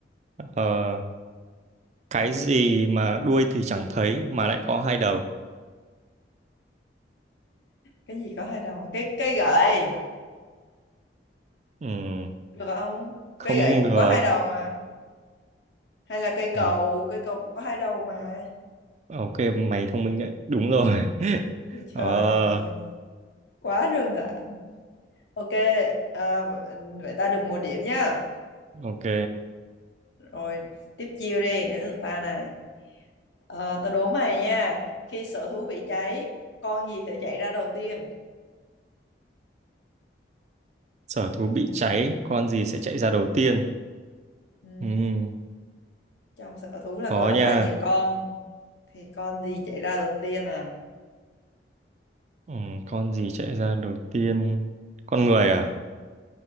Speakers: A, on the right (about 40°); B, on the left (about 75°).
A: Ờ, cái gì mà đuôi thì chẳng thấy mà lại có hai đầu?
B: Cái gì có hai đầu? à? Cái cây gậy
A: Ừ,
B: được không?
A: không
B: Cây gậy cũng
A: ngờ.
B: có hai đầu mà. Hay là cây
A: Ờ,
B: cầu, cây cầu cũng có hai đầu mà.
A: ok, mày thông minh đấy. Đúng rồi. <laughs>
B: Ôi trời
A: Ờ,
B: ơi, quá đơn giản. Ok, à, vậy ta được một điểm nhá.
A: ok.
B: Rồi tiếp chiêu đi, đến lượt ta này. Ờ, tao đố mày nha. Khi sở thú bị cháy, con gì sẽ chạy ra đầu tiên?
A: Sở thú bị cháy, con gì sẽ chạy ra
B: Ừ.
A: đầu tiên?
B: Ừ.
A: Ừm,
B: Trong sở thú là
A: khó
B: có rất
A: nha.
B: là nhiều con. Thì con gì chạy ra đầu tiên nào?
A: Ừm, con gì chạy ra đầu tiên? Con người à?